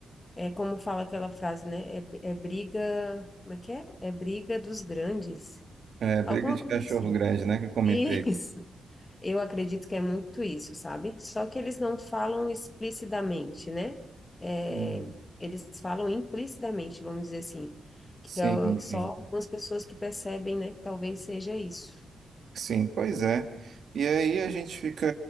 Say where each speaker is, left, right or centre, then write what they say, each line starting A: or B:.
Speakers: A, on the left; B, on the right.
A: é como fala aquela frase, né? É, é briga, como é que é? É briga dos grandes.
B: É, briga
A: Alguma
B: de
A: coisa
B: cachorro
A: assim.
B: grande, né, que
A: <laughs>
B: eu comentei.
A: Isso. Eu acredito que é muito isso, sabe? Só que eles não falam explicitamente, né? É,
B: Uhum.
A: eles falam implicitamente, vamos dizer assim, que
B: Sim,
A: é o-
B: enfim.
A: só algumas pessoas que percebem, né, que talvez seja isso.
B: Sim, pois é. E aí a gente fica.